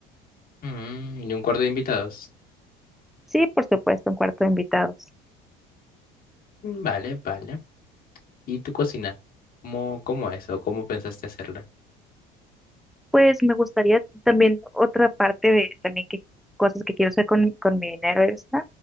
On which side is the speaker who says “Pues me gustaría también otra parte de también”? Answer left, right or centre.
Centre